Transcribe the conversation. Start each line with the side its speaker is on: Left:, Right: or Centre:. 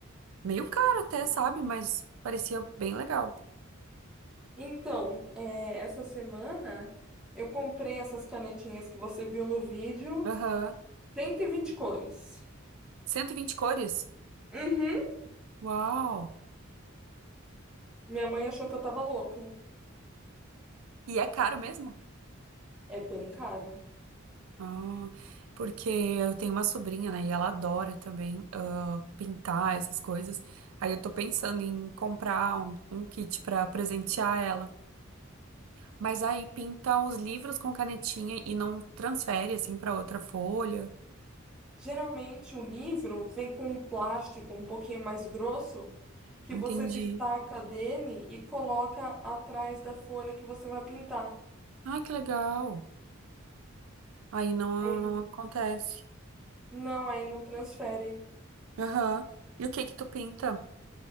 Right: meio caro até, sabe? Mas parecia bem legal.
Centre: Então, é, essa semana eu comprei essas canetinhas que você viu no vídeo,
Right: Aham.
Centre: 120 cores.
Right: cento e vinte cores?
Centre: Uhum.
Right: Uau!
Centre: Minha mãe achou que eu tava louca.
Right: E é caro mesmo?
Centre: É bem caro.
Right: Ah, porque eu tenho uma sobrinha, né? E ela adora também ah, pintar essas coisas. Aí eu tô pensando em comprar um, um kit pra presentear ela. Mas aí pinta os livros com canetinha e não transfere assim pra outra folha.
Centre: Geralmente o livro vem com um plástico um pouquinho mais grosso que
Right: Entendi.
Centre: você destaca dele e coloca atrás da folha que você vai pintar.
Right: Ai, que legal. Aí não,
Centre: Aí-
Right: não acontece.
Centre: Não, aí não transfere.
Right: Aham. E o que que tu pinta?